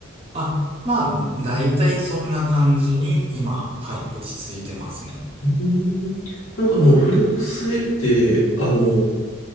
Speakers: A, on the right (about 30°); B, on the left (about 80°).
A: あ、まあ、だいたいそんな感じに今、はい、落ち着いてますね。
B: うんなんかあの、フレックス性って、あの、